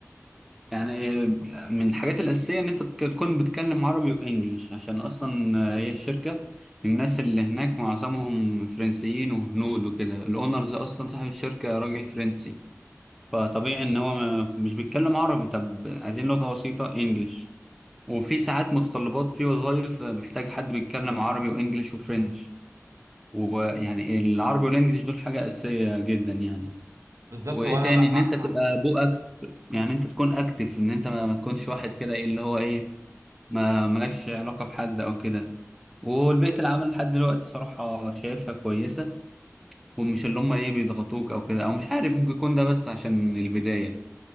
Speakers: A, in the centre; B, on the right.
A: يعني آه، من الحاجات الأساسية إن أنت بت- تكون بتتكلم عربي وإنجليش عشان أصلا آه، هي الشركة الناس اللي هناك معظمهم فرنسيين وهنود وكده الأونرز أصلا صاحب الشركة راجل فرنسي فطبيعي إن هو ما مش بيتكلم عربي طب عايزين لغة بسيطة إنجليش وفي ساعات متطلبات في وظائف آه، محتاج حد بيتكلم عربي وإنجليش وفرنش ويعني العربي والإنجليش دول حاجة أساسية جدا يعني
B: بالظبط
A: وإيه
B: وانا
A: تاني
B: بقى
A: إن أنت تبقى بوقك يعني انت تكون اكتف ان انت ما, ما تكونش واحد كده ايه اللي هو ايه ما مالكش علاقة بحد او كده والبيئة العمل لحد دلوقتي صراحة شايفها كويسة ومش اللي هم ايه بيضغطوك او كده او مش عارف ممكن يكون ده بس عشان البداية